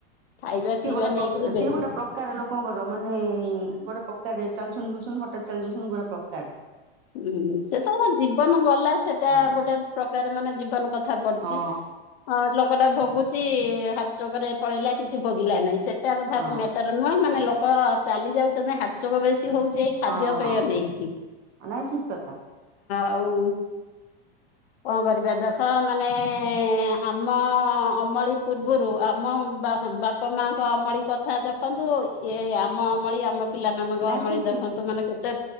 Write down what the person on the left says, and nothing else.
ଖାଇବା
ପିଇବା
ନେଇକିରି
ବେଶୀ
ହୁଁ ସେ ତ ଜୀବନ ଗଲା ସେଟା
ଗୋଟେ ପ୍ରକାର ମାନେ ଜୀବନ କଥା ପଡିଚି
ହଁ। କଟା ଭୋଗୁଛି ହାର୍ଟଚୋକରେ ପଳେଇଲା କିଛି ଭୋଗିଲା ନାହିଁ ସେଟା କଥା
ମ୍ୟାଟର ନୁହଁ ମାନେ ଲୋକ ଚାଲି ଯାଉଛନ୍ତି ହାର୍ଟଚୋକ ବେଶୀ ହଉଛି ଏଇ ଖାଦ୍ୟ
ପେୟ
ନେଇକି।
ଅଔ କଣ କରିବା ଦେଖ ମାନେ ଆମ ଅମଳି ପୂର୍ବରୁ ଆମ ବାପା ମାଙ୍କ ଅମଳି କଥା ଦେଖନ୍ତୁ ଏ ଆମ ଅମଳି ଆମ ପିଲାମାନାନଙ୍କ
ଅମଳି
ଦେଖନ୍ତୁ
ମାନେ କେତେ